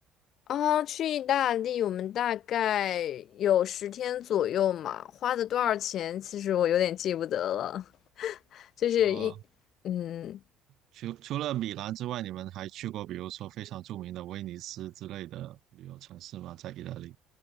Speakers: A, on the left; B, on the right.
A: 啊，去意大利，我们大概有十天左右嘛，花的多少钱，其实我有点记不得了。<laughs> 就是一，
B: 呃，
A: 嗯，
B: 除除了米兰之外，你们还去过比如说非常著名的威尼斯之类的旅游城市吗？在意大利？